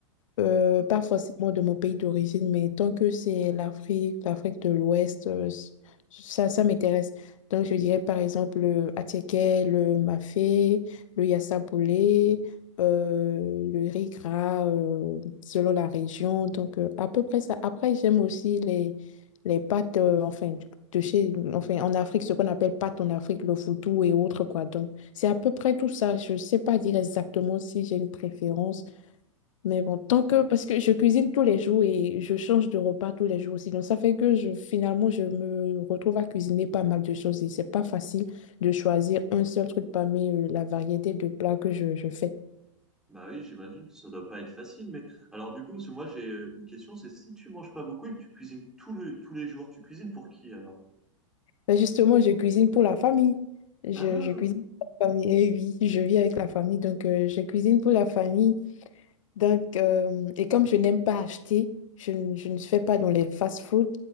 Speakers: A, on the left; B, in the centre.
A: Euh,
B: Oh.
A: pas forcément de mon pays d'origine, mais tant que c'est l'Afrique, l'Afrique de l'Ouest, euh, s- ça, ça m'intéresse. Donc, je dirais par exemple le attiéké, le mafé, le yassapoulé, euh, le riz gras, euh, selon la région. Donc, euh, à peu près ça. Après, j'aime aussi les, les pâtes, euh, enfin, de chez, enfin, en Afrique, ce qu'on appelle pâtes en Afrique, le foutou et autres, quoi. Donc, c'est à peu près tout ça. Je sais pas dire exactement si j'ai une préférence. Mais bon, tant que, parce que je cuisine tous les jours et je change de repas tous les jours aussi. Donc, ça fait que je, finalement, je me retrouve à cuisiner pas mal de choses et c'est pas facile de choisir un seul truc parmi euh, la variété de plats que je, je fais.
B: Bah oui, j'imagine que ça doit pas être facile, mais alors du coup, parce que moi j'ai une question, c'est si tu manges pas beaucoup et que tu cuisines tout le- tous les jours, tu cuisines pour qui alors?
A: Mais justement, je cuisine pour la famille. Je,
B: Ah!
A: je cuisine pour la famille. Et oui, je vis avec la famille, donc euh, je cuisine pour la famille. Donc, euh, et comme je n'aime pas acheter, je, ne je ne fais pas dans les fast-food.